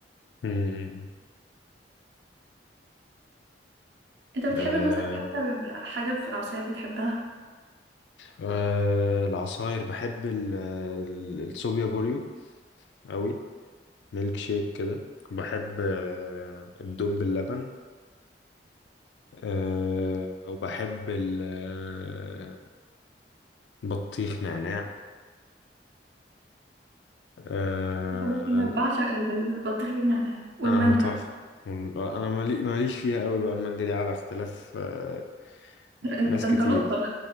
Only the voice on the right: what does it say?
انت بتحبي
مثلا ايه اكتر حاجه في العصاير بتحبها
اقول لك انا بعشق الب- البطيخ بالنعناع والمانجا
<laughs>
ده
انت لقطه